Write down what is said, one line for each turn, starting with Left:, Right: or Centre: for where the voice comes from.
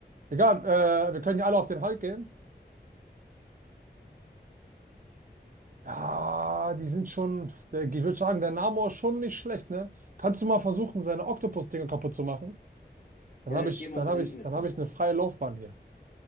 Right: Egal, äh, wir können ja alle auf den Hulk gehen. Ah, die sind schon, der, ich würde sagen, der Namor ist schon nicht schlecht, ne? Kannst du mal versuchen, seine Oktopus-Dinger kaputt zu machen? Dann
Left: Ja,
Right: habe
Left: ich
Right: ich,
Left: gehe mal
Right: dann
Left: von
Right: habe
Left: hinten
Right: ich,
Left: jetzt
Right: dann habe
Left: langsam.
Right: ich eine freie Laufbahn hier.